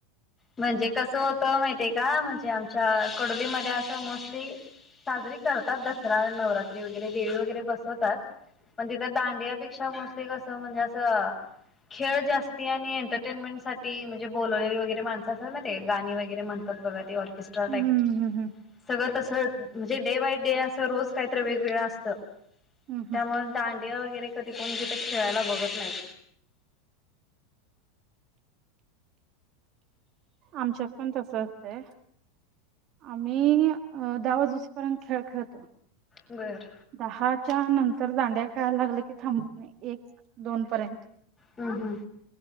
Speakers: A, on the left; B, on the right.
A: म्हणजे कस होत माहितीय का म्हणजे आमच्या कडोलीमध्ये असं मोस्टली साजरी करतात दसरा नवरात्री वगैरे देवी वगैरे बसवतात पण तिथ दांडिया पेक्षा मोस्टली कस स म्हणजे अस खेळ जास्ती आणि एंरटेनमेंट साठी म्हणजे बोलवलेली वगैरे मान स, कसय माहितेय गाणी वगैरे म्हणतात बगा ते ऑर्केस्ट्रा
B: हम्म
A: टाईप सगळं तस म्हणजे डे बाय डे अस रोज काहीतर वेगवेगळं असत
B: हम्
A: त्यामुळ दांड दांडिया वगैरे कधी कोण तिथं खेळायला बघत नाईत.
B: आमच्यात पण तस असतंय, आम्ही अ दहावाजूस पर्यंत खेळ खेळतो
A: बर
B: दहा च्या नंतर दांडिया खेळाय लागलं की थांबत नाई एक दोन पर्यंत.
A: हम्म हम्म